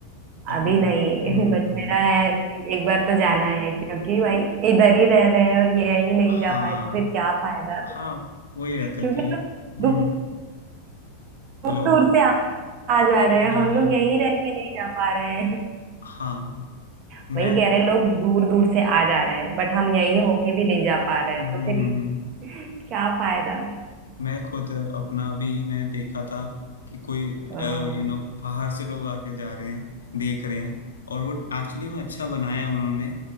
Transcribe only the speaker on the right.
अभी नहीं
<laughs> बट
मेरा
है कि एक बार तो जाना है क्योंकि भाई इधर ही रह रहे हैं और ये यही नहीं
जा पाए तो फिर क्या फायदा
<laughs>
क्योंकि
लोग
दूर
दूर
से आ आ जा रहे हैं
हम
लोग यही रह के नहीं जा पा रहे हैं
<laughs>
वही
कह रहे हैं लोग दूर दूर से आ जा रहे हैं बट हम यही होके भी नहीं जा पा रहे हैं
तो फिर
<laughs> क्या फायदा
अ,